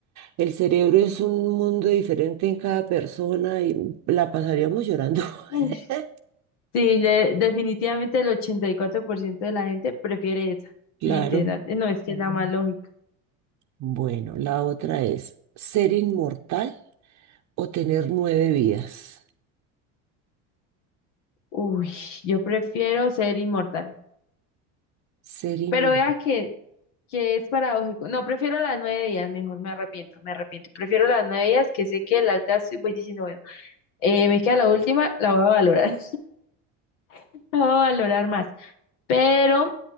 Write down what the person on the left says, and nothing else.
uy. Sí, le- definitivamente el 84% de la gente prefiere esa.
Literal. Eh, No, es que es la más lógica.
Uy, yo prefiero ser inmortal.
Pero vea que, que es paradójico. No, prefiero las nueve días, mejor me arrepiento, me arrepiento. Prefiero las nueve días que sé que las gasto y voy diciendo, bueno, eh, me queda la última, la voy a valorar. <laughs> La voy a valorar más. Pero